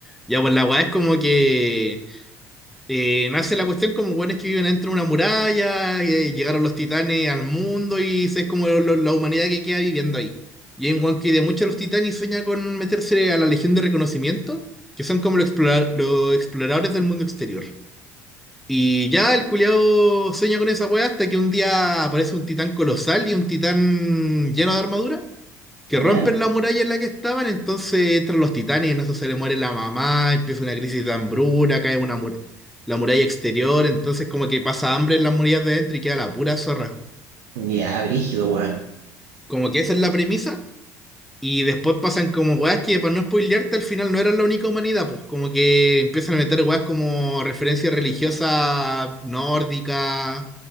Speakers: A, in the centre; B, on the right.
A: Ya, pues la weá es como que Eh, nace la cuestión como buenos que viven dentro de una muralla, eh, llegaron los titanes al mundo y es como lo- lo- la humanidad que queda viviendo ahí. Y en One que de muchos de los titanes sueña con meterse a la Legión de Reconocimiento, que son como los, explora- los exploradores del mundo exterior. Y ya el culiao sueña con esa weá hasta que un día aparece un titán colosal y un titán lleno de armadura que
B: ¿Ya?
A: rompen la muralla en la que estaban, entonces entran los titanes y en eso se le muere la mamá, empieza una crisis de hambruna, cae una mur- la muralla exterior, entonces como que pasa hambre en las murallas de dentro y queda la pura zorra.
B: Ya, brígido, weón.
A: Como que esa es la premisa, y después pasan como weas que para no spoilearte al final no eran la única humanidad, pues como que empiezan a meter weas como referencias religiosas nórdicas,